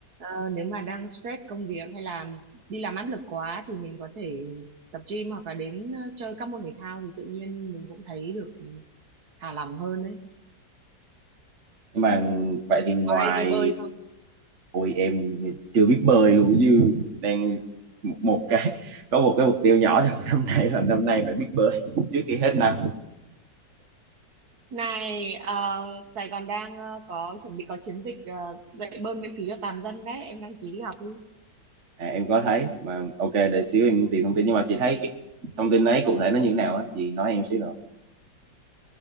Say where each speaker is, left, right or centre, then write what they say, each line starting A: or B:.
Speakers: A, on the right; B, on the right.
A: ờ, nếu mà đang stress công việc hay là đi làm áp lực quá thì mình có thể tập gym hoặc là đến ờ, chơi các môn thể thao thì tự nhiên mình cũng thấy được thả lỏng hơn đấy.
B: nhưng mà vậy thì ngoài
A: Có hay đi bơi không?
B: ôi em chưa biết bơi luôn chứ đang một một cái có một cái mục tiêu nhỏ trong năm nay là năm nay phải biết bơi trước khi hết năm
A: Này, ờ, Sài Gòn đang ờ, có chuẩn bị có chiến dịch ờ, dạy bơi miễn phí cho toàn dân đấy, em đăng ký đi học đi.
B: à, em có thấy mà ok để xíu em tìm thông tin nhưng mà chị thấy cái thông tin ấy cụ thể nó như thế nào á chị nói em xíu được